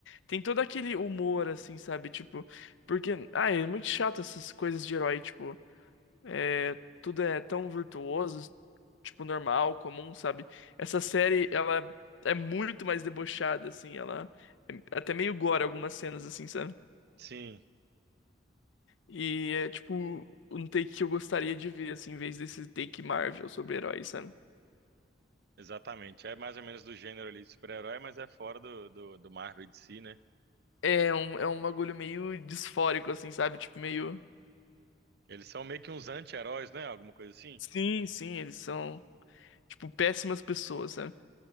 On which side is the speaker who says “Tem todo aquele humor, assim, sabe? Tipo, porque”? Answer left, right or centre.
Left